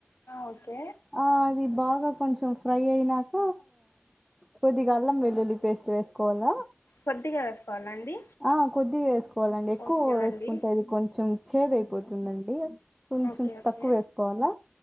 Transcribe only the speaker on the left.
ఓకే
కొద్దిగా వేసుకోవాలండి
ఓకే
అండి
ఓకే ఓకే